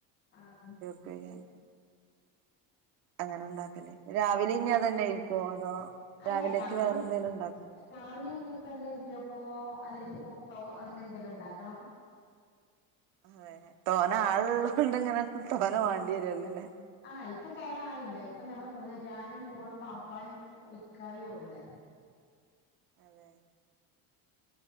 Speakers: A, on the left; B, on the right.
A: ആഹ്
B: <unintelligible> അങ്ങനെ ഉണ്ടാക്കല് രാവിലെ ഇനി അത് തന്നെയായിരിക്കുവോ അതോ
A: അല്ല
B: രാവിലേക്ക്
A: രാവിലെ
B: വേറെന്തേലും ഇണ്ടാക്കുവോ
A: രാവിലെ ഇനിപ്പല്ല ഇടിയപ്പോ അല്ലെങ്കി പുട്ടോ അങ്ങനെന്തെലും ഉണ്ടാക്കണം.
B: അതെ തോനാളുള്ളോണ്ട് ഇങ്ങനെ തോന വാണ്ട്യേരൊല്ലൊല്ലെ.
A: ആ ഇപ്പ തോനാളില്ല ഇപ്പ ഞങ്ങള് മൂന്നേരും ഞാനും മോളും വാപ്പായും ഇക്കായൊള്ളെ.
B: അതെ